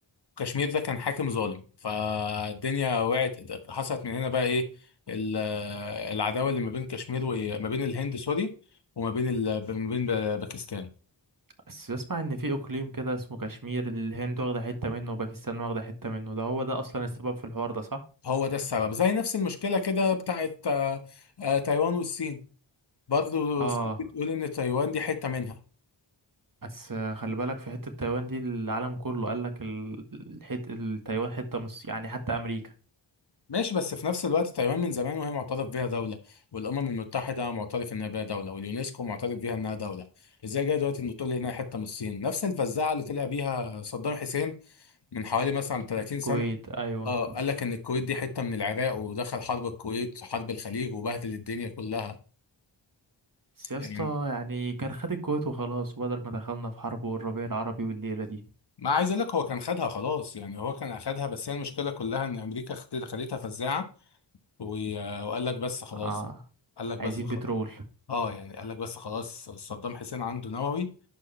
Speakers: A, on the left; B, on the right.
A: كشمير ده كان حاكم ظالم فالدنيا وقعت حصلت من هنا بقى ايه ال- آه، العداوة اللي ما بين كشمير وما بين الهند سوري وما بين ال... ما بين ب- باكستان
B: بس بسمع ان في اقليم كده اسمه كشمير الهند واخده حته منه وباكستان واخده حته منه ده هو ده اصلا السبب في الحوار ده صح
A: هو ده السبب زي نفس المشكلة كده بتاعت آه، آه، تايوان والصين برضه
B: اه
A: الصين بتقول ان تايوان دي حته منها
B: بس خلي بالك في حته تايوان دي العالم كله قال لك ال- الحت التايوان حته مش يعني حتى امريكا
A: ماشي بس في نفس الوقت تايوان من زمان وهي معترف بيها دوله والامم المتحده معترف انها بيها دوله واليونسكو معترف بيها انها دوله ازاي جاي دلوقتي ان تقول لي انها حته من الصين نفس الفزاعه اللي طلع بيها صدام حسين من حوالي مثلا 30
B: الكويت
A: سنه
B: ايوه
A: اه قال لك ان الكويت دي حته من العراق ودخل حرب الكويت وحرب الخليج وبهدل الدنيا كلها
B: بس يا
A: يعني
B: اسطى يعني كان خد الكويت وخلاص وبدل ما دخلنا في حرب والربيع العربي والليله دي
A: ما عايز اقول لك هو كان خدها خلاص يعني هو كان اخدها بس هي المشكله كلها ان امريكا خدت- خدتها فزاعه و- وقال لك بس خلاص
B: اه
A: قال لك
B: عايزين
A: بس خلاص
B: بترول
A: اه يعني قال لك بس خلاص صدام حسين عنده نووي